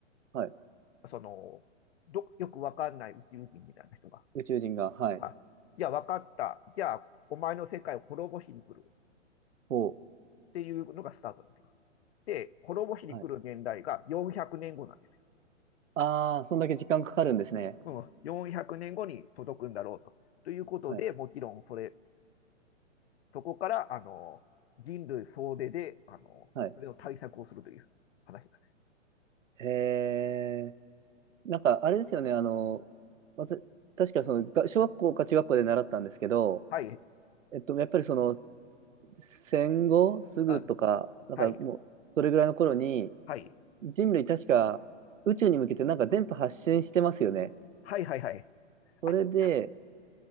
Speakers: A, on the right (about 80°); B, on the left (about 55°).
A: はい。
B: その、ど、よくわかんない宇宙人みたいな人が、
A: 宇宙人が、はい。
B: あ、じゃあわかった。じゃあ、お前の世界を滅ぼしに来る
A: ほう。
B: っていうのがスタートなんですよ。で、滅ぼしに来る年代が400年後なんですよ。
A: はい。ああ、そんだけ時間かかるんですね。
B: うん、400年後に届くんだろうと。ということで、
A: はい。
B: もちろんそれ、そこから、あの、人類総出で、あの、
A: はい。
B: それの対策をするという話なんです。
A: へえ。なんか、あれですよね、あの、わた確かその、が小学校か中学校で習ったんですけど、
B: はい、
A: えっと、やっぱりその、戦後すぐとか、
B: うん、
A: なんかもう、
B: はい、
A: それぐらいの頃に、
B: はい、
A: 人類確か宇宙に向けてなんか電波発信してますよね。
B: はい、はい、はい。
A: それで、
B: あ、